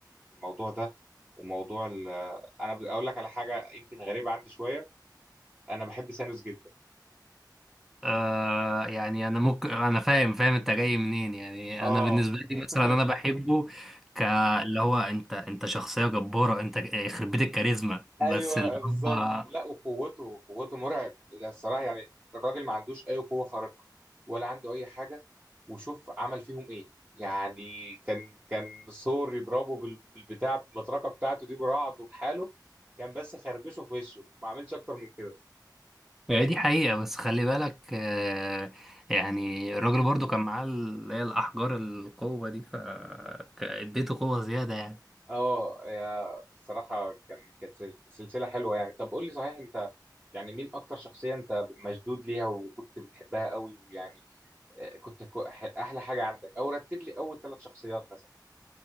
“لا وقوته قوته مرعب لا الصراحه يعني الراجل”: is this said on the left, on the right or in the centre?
Right